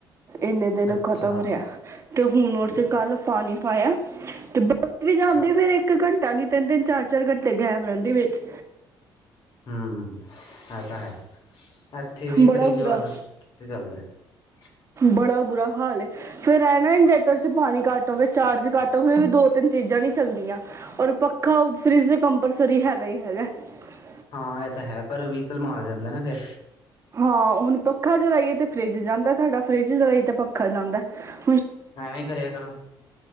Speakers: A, on the right; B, on the left.
A: ਇੰਨੇ ਦਿਨ
B: ਅੱਛਾ
A: ਖ਼ਤਮ ਰਿਹਾ, ਤੇ ਹੁਣ ਤੇ ਕੱਲ ਪਾਣੀ ਪਾਇਆ ਤੇ ਵੀ
B: ਅੱਛਾ
A: ਜਾਂਉਦੇ ਫੇਰ ਇੱਕ ਘੰਟਾ ਨੀ ਤਿੰਨ- ਤਿੰਨ, ਚਾਰ -ਚਾਰ ਘੰਟੇ ਗੈਪ ਰਹਿੰਦੀ ਵਿੱਚ
B: ਹਮ, ਹੈ ਤਾਂ ਹੈ । ਇੱਥੇ ਵੀ
A: ਬੜਾ
B: ਕਰੀਜ਼
A: ਬੁਰਾ
B: ਵੱਲ ਕਿੱਥੇ ਚੱਲਦੇ ।
A: ਬੜਾ ਬੁਰਾ ਹਾਲ ਏ, ਫੇਰ ਇਹ ਨਾ ਇਨਵੇਟਰ ਚ ਪਾਣੀ ਘੱਟ ਹੋਵੇ ਚਾਰਜ ਘੱਟ ਹੋਵੇ ਵੀ ਦੋ- ਤਿੰਨ ਚੀਜ਼ਾਂ ਨੀ ਚੱਲਦੀਆਂ । ਔਰ ਪੱਖਾ, ਫਰਿਜ <inaudible> ਰੀ ਹੈਗਾ ਹੀ ਹੈਗਾ ।
B: ਹਾਂ ਇਹ ਤਾਂ ਹੈ, ਪਰ ਵੀਸਲ ਮਾਰ ਜਾਂਦਾ ਨਾ ਫਿਰ
A: ਹਾਂ, ਹੁਣ ਪੱਖਾ ਚਲਾਈਏ ਤੇ ਫਰਿੱਜ ਜਾਂਦਾ ਸਾਡਾ, ਫਰਿੱਜ ਚਲਾਈਏ ਤਾਂ ਪੱਖਾ ਜਾਂਦਾ ।
B: ਐਵੇਂ ਕਰਿਆ ਕਰੋ,